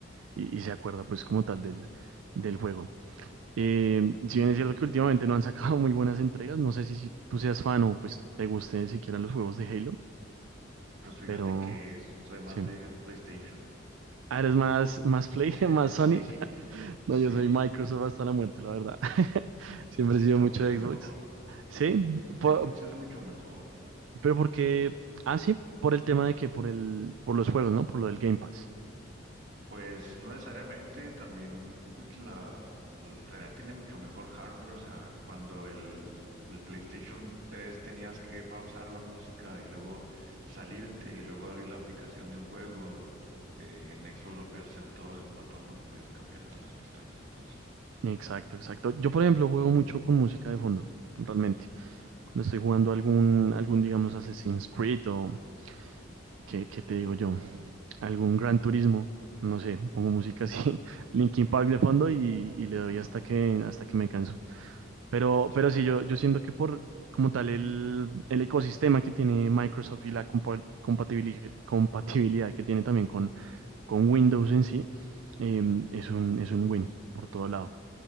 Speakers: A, on the right; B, on the right.
A: y- y se acuerda pues como tal del, del juego. Eh, si bien es cierto que últimamente no han <laughs> sacado muy buenas entregas, no sé si, si tú seas fan o pues te guste siquiera los juegos de Halo,
B: Pues fíjate
A: pero
B: que soy más
A: sí.
B: de PlayStation.
A: Ah, eres más, más Play, <laughs>
B: <laughs>
A: más Sony.
B: Sí,
A: No,
B: sí.
A: yo soy Microsoft hasta la muerte, la verdad. <laughs> Siempre
B: Ah, Es que
A: he sido
B: está
A: mucho
B: mucho
A: de
B: mejor.
A: Xbox. Sí,
B: Ex-
A: po-
B: Xbox
A: por,
B: es mucho mejor.
A: Pero porque, ah, sí, por el tema de que, por el, por los juegos, ¿no? Por lo del Game Pass.
B: Pues no necesariamente también pues la, el rela- tiene mucho mejor hardware. O sea, cuando el, el PlayStation tres tenías que pausar la música y luego salirte y luego abrir la aplicación de un juego. eh, en Xbox lo podías hacer todo de un botón, ¿no? Podías cambiar entre las pestañas y todo eso.
A: Exacto, exacto. Yo, por ejemplo, juego mucho con música de fondo, realmente. Cuando estoy jugando algún, algún, digamos, Assassin's Creed o, ¿qué, qué te digo yo? Algún Gran Turismo, no sé, pongo música así, <laughs> Linkin Park de fondo y, y le doy
B: Ujú,
A: hasta que, hasta que me canso. Pero,
B: Sí,
A: pero
B: claro.
A: sí, yo, yo siento que por, como tal, el, el ecosistema que tiene Microsoft y la compa- compatibili- compatibilidad que tiene también con Windows en sí, eh, es un, es un win por todo lado.